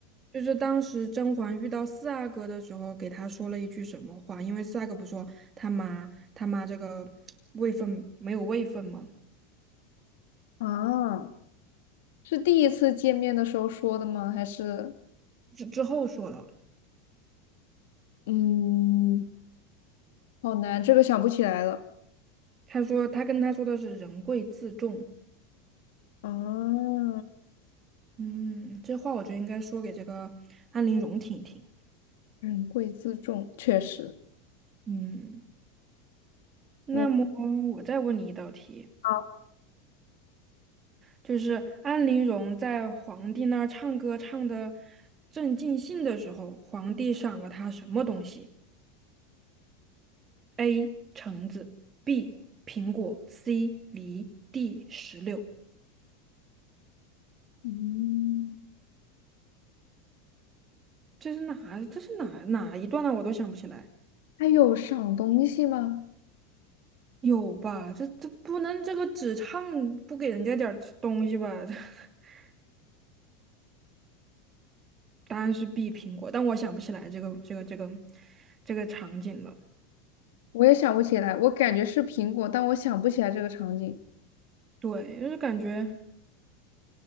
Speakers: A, on the right; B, on the left.
A: 就是当时甄嬛遇到四阿哥的时候，给他说了一句什么话？因为四阿哥不是说他妈他妈这个位分没有位分嘛，
B: 啊，是第一次见面的时候说的吗？还是
A: 之之后说了，
B: 嗯，好难，这个想不起来了。
A: 他说他跟他说的是人贵自重，
B: 啊，
A: 嗯，这话我觉得应该说给这个安陵容听一听，
B: 人贵自重，确实，
A: 嗯。那么我再问你一道题，
B: 我好，
A: 就是安陵容在皇帝那儿唱歌唱的正尽兴的时候，皇帝赏了她什么东西？A. 橙子，B. 苹果，C. 梨，D. 石榴。
B: 嗯，
A: 这是哪？这是哪哪一段呢、我都想不起来。
B: 还有赏东西吗？
A: 有吧？这这不能这个只唱不给人家点儿东西吧？<laughs> 答案是 B. 苹果，但我想不起来这个这个这个这个场景了。
B: 我也想不起来，我感觉是苹果，但我想不起来这个场景。
A: 对，就是感觉。